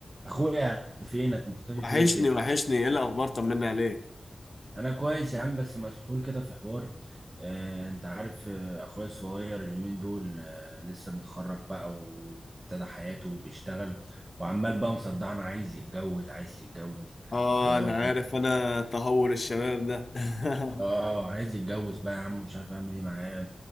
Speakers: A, on the right; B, on the left.
A: اخويا فينك مختفي
B: وحشني
A: فين كده
B: وحشني ايه الاخبار طمنا عليك
A: انا كويس يا عم بس مسحول كده في حوار آه انت عارف آه اخويا الصغير اليومين دول آه لسه متخرج بقى وابتدى حياته وبيشتغل وعمال بقى مصدعنا عايز يتجوز عايز يتجوز
B: اه
A: و اه
B: انا عارف انا تهور الشباب ده <laughs>
A: آه، عايز يتجوز بقى يا عم مش عارف اعمل ايه معاه